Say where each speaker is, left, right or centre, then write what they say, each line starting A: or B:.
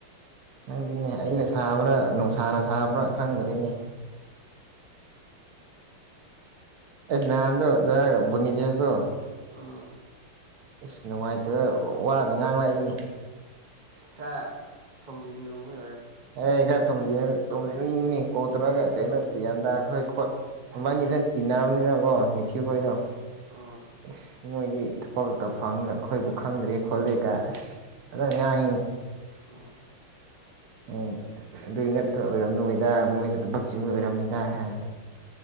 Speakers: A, on the right; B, on the right.
A: ꯅꯪꯗꯤꯅꯦ ꯑꯩꯅ ꯁꯥꯕ꯭ꯔꯥ ꯅꯨꯡꯁꯥꯅ ꯁꯥꯕ꯭ꯔꯥ ꯈꯪꯗ꯭ꯔꯦꯅꯦ ꯑꯩꯁ ꯅꯍꯥꯟꯗꯣ ꯕꯨꯅꯤ ꯐꯦꯁꯇꯣ
B: ꯎꯝ
A: ꯏꯁꯁ ꯅꯨꯡꯉꯥꯏꯇꯕ ꯋꯥꯒ ꯉꯥꯡꯂꯛꯏꯅꯦ
B: ꯁꯤꯀꯥ ꯊꯝꯖꯤ ꯂꯧꯕ
A: ꯑꯦ ꯀ ꯇꯝꯖ ꯇꯧꯗꯨꯅ ꯏꯅꯤꯅꯦ ꯀꯣꯠꯔꯒ ꯀꯩꯅꯣ ꯄꯂꯤꯌꯥꯟꯗꯒꯈꯣꯏ ꯈꯣꯠ ꯍꯕꯥꯅꯤ ꯐꯖꯅ ꯇꯤꯟꯅꯕꯅꯤꯅꯀꯣ ꯃꯊꯌꯨꯈꯗꯣ
B: ꯎꯝ ꯎꯝ
A: ꯏ ꯃꯣꯏꯗꯤ ꯊꯕꯛꯒꯀ ꯐꯪꯒ ꯑꯩꯈꯣꯏꯕꯨ ꯈꯪꯗ꯭ꯔꯦ ꯈꯣꯠꯂꯦꯒ ꯑꯁ ꯐꯖꯅ ꯉꯥꯡꯉꯤꯅꯤ
B: ꯎꯝ
A: ꯑꯦꯅꯦ ꯑꯗꯨꯏ ꯅꯠꯇ ꯑꯣꯏꯔꯝ ꯅꯣꯏꯗ ꯃꯣꯏꯁꯨ ꯊꯕꯛ ꯆꯤꯡꯒꯤ ꯑꯣꯏꯔꯝꯅꯤꯗꯥ ꯍꯥꯏꯔꯒꯦ